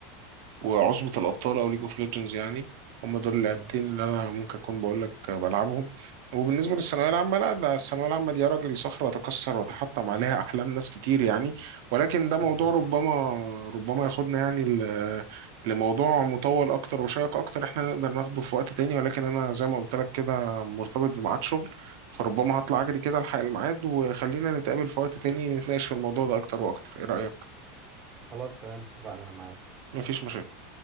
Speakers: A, on the right; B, on the right.
A: وعصبة الأبطال أو ليج أوف ليجندز يعني هم دول
B: امم
A: اللعبتين اللي أنا ممكن أكون بقول لك بلعبهم وبالنسبة للثانوية العامة لا ده الثانوية العامة دي يا راجل صخرة تكسر وتحطم عليها أحلام ناس كتير يعني ولكن ده موضوع
B: بالظبط
A: ربما ربما ياخدنا يعني ل- لموضوع مطول أكتر وشيق أكتر إحنا نقدر ناخده في وقت تاني ولكن أنا زي ما قلت لك كده مرتبط بميعاد شغل فربما هطلع أجري كده ألحق الميعاد وخلينا نتقابل في وقت تاني نتناقش في الموضوع ده أكتر وأكتر إيه رأيك؟
B: خلاص تمام اتفقنا انا معاك
A: مفيش مشاكل